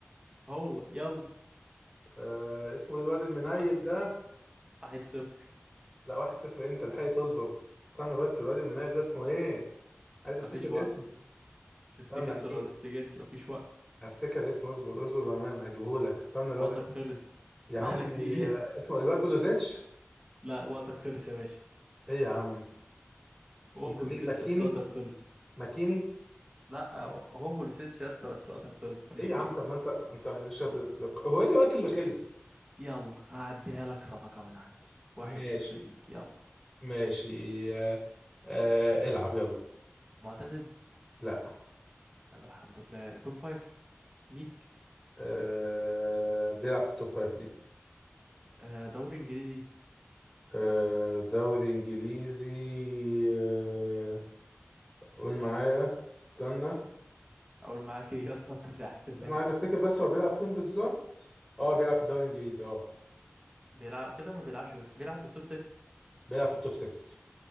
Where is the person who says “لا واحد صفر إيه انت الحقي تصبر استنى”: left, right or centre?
Centre